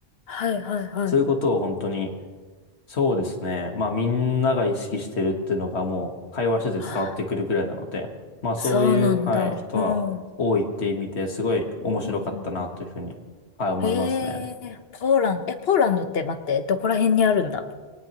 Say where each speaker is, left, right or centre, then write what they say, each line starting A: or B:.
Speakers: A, on the left; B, on the left.
A: はいはいはい。
B: そういうことを本当に、そうですね。まあみんなが意識してるっていうのがもう会話してて伝わってくるぐらいなので、
A: あー
B: まあそういう、
A: そうなんだ。
B: はい、人は多いって意味ですごい面白かったなというふうに、
A: うん。うんうんうん。
B: はい、思いますね。
A: へえ、ポーランド、え、ポーランドって待って、どこら辺にあるんだ